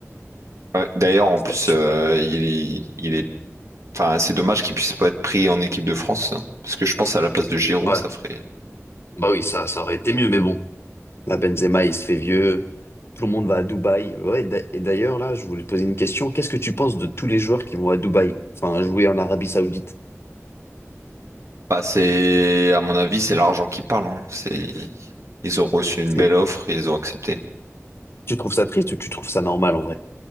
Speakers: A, on the right (about 70°); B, on the left (about 50°).
A: Ouais, D'ailleurs, en
B: C'est
A: plus,
B: pas- je-
A: euh, il, il est Enfin, c'est dommage qu'il puisse pas être pris en équipe de France. hein. Parce que je pense à la place de Giroud,
B: Ouais,
A: ça ferait.
B: bah oui, ça, ça aurait été mieux, mais bon. Là, Benzema, il se fait vieux. Tout le monde va à Dubaï. Ouais, d'a- et d'ailleurs, là, je voulais te poser une question. Qu'est-ce que tu penses de tous les joueurs qui vont à Dubaï, enfin, jouer en Arabie Saoudite?
A: Bah, c'est, à mon avis, c'est l'argent qui parle. hein. C'est, ils ont reçu une
B: C'est-
A: belle offre et ils ont accepté.
B: Tu trouves ça triste ou tu trouves ça normal en vrai?